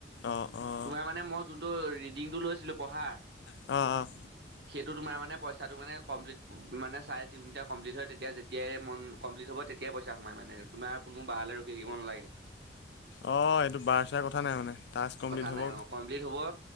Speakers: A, on the left; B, on the right.
A: অঁ অঁ
B: তোমাৰ মানে মই যোনটো ৰি দিংটো লৈছিলোঁ পঢ়াৰ।
A: অ', অ'।
B: সেইটো তোমাৰ মানে পইচাটো মানে কমপ্লিট মানে চাই যোনতিটা কমপ্লিট হয়, তেতিয়া যেতিয়াই কমম্লিট হ'ব তেতিয়া পইচা সোমাই মানে তোমাৰ কোনো বাৰলৈ ৰখি থাকিব নালাগে।
A: অ', এইটো বাৰ চাৰ কথা নাই মানে। টাস্ক কমপ্লিট
B: কথা
A: হ'ব
B: নাই অ', কমপ্লিট হব